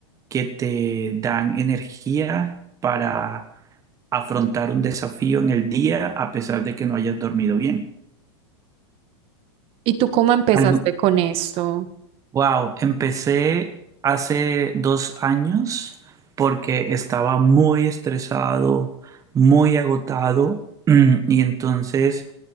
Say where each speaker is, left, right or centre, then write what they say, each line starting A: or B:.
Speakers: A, on the right; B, on the right.
A: que te dan energía para afrontar un desafío en el día a pesar de que no hayas dormido bien.
B: ¿Y tú cómo empezaste
A: Algo-
B: con esto?
A: Wow, empecé hace dos años porque estaba muy estresado, muy agotado <clears throat> y entonces